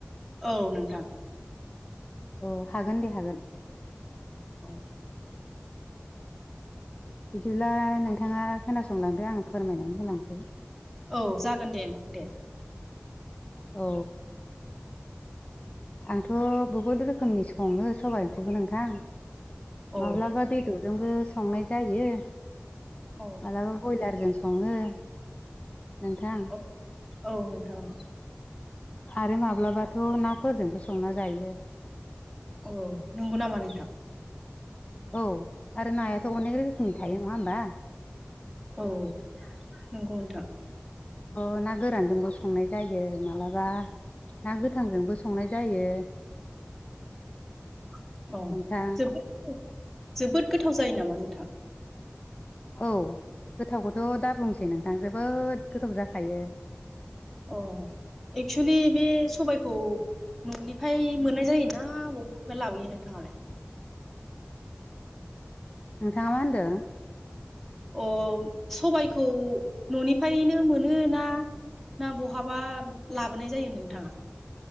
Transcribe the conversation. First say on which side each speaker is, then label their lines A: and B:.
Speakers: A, in the centre; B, on the left.
A: औ नोंथां।
B: औ हागोन दे हागोन।
A: औ।
B: बिदिब्ला नोंथाङा खोनासंलांदो आं फोरमायनानै होलांसै।
A: औ जागोन दे नोंथां दे।
B: औ। आंथ' बहुद रोखोमनि सङो सबाइ ओंख्रिखौ नोंथां।
A: औ
B: माब्लाबा बेदरदोंबो संनाय जायो।
A: औ
B: मालाबा बयलारजों सङो। नोंथां
A: औ औ नोंथां
B: आरो माब्लाबाथ' नाफोरजोंबो संना जायो
A: औ नंगौ नामा नोंथां?
B: औ आरो नायाथ' अनेक रोखोमनि थायो नङा होमबा?
A: औ नंगौ नोंथां
B: ओ ना गोरानजोंबो संनाय जायो मालाबा ना गोथांजोंबो संनाय जायो
A: <unintelligible>
B: नोंथां
A: औ जोबोद <unintelligible> जोबोद गोथाव जायो नामा नोंथां?
B: औ गोथावखौथ' दा बुंसै नोंथां जोबोद गोथाव जाखायो।
A: अ एक्सलि बे सबाइखौ न'निफ्राय मोननाय जायोना बबेनिफ्राय लाबोयो नोंथाङालाय?
B: नोंथाङा मा होनदों?
A: अ सबाइखौ न'निफ्रायनो मोनोना ना बहाबा लाबोनाय जायो नोंथाङा?